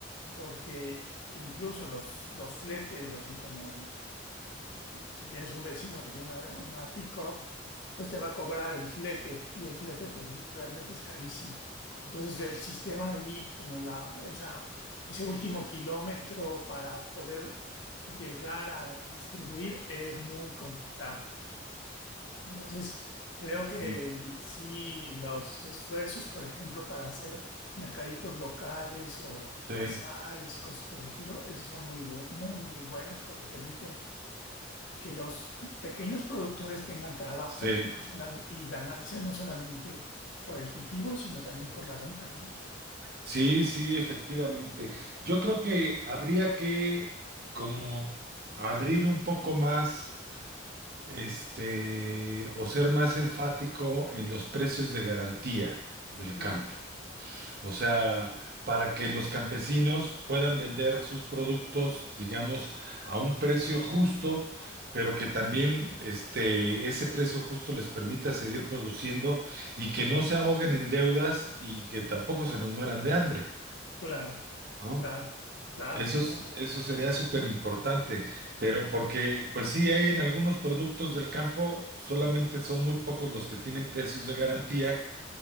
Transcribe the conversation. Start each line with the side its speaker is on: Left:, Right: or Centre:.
Left: porque incluso los, los fletes, así como si, si tienes un vecino que tiene una, una pick-up, pues te va a cobrar el flete y el flete pues es- realmente es carísimo. Entonces el sistema ahí, como la, esa, ese último kilómetro para poder llegar a distribuir es muy complicado. Entonces creo que
Right: Mm.
Left: sí, los esfuerzos, por ejemplo, para hacer mercaditos locales o
Right: sí,
Left: bazares y cosas por el estilo, esos son muy, bu- muy, muy buenos porque permiten que los pequeños productores tengan trabajo
Right: sí,
Left: no solam- y ganancias no solamente por el cultivo, sino también por la venta, ¿no?
Right: sí, sí, efectivamente. Yo creo que habría que como abrir un poco más, este, o ser más enfático en los precios de garantía del campo.
Left: Ah,
Right: O sea, para que los campesinos puedan vender sus productos, digamos, a un precio justo, pero que también este, ese precio justo les permita seguir produciendo y que no se ahoguen en deudas y que tampoco se nos mueran de hambre,
Left: Claro,
Right: ¿no?
Left: claro, claro,
Right: Eso
Left: ¿no?
Right: es- eso sería súper importante, pero porque, pues sí, hay en algunos productos del campo, solamente son muy pocos los que tienen precios de garantía